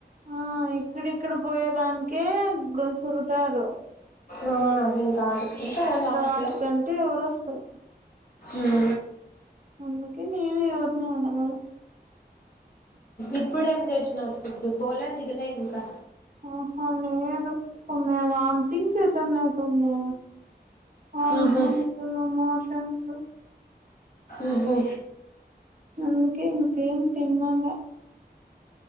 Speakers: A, on the right (about 50°); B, on the left (about 55°).
A: ఆ ఇక్కడిక్కడ పోయేదానికే గసుగుతారు
B: ఆ అదేం కాదు ఇంకా ఎవరు ఆపలే
A: ఆటకంటే ఎవరు వస్తారు
B: ఉహు
A: అందుకే నేను ఎవర్నీ అడగలే
B: ఇప్పుడుేం చేసినారు ఫుడ్ పోలే దిగలే ఇంకా
A: ఆహా లేదు వంతింగ్స్ అవుతున్నాయి సొమ్ము వంతింగ్స్
B: ఉహు
A: మోషన్స్
B: ఉహు
A: అందుకే ఇక ఏం తన్నాల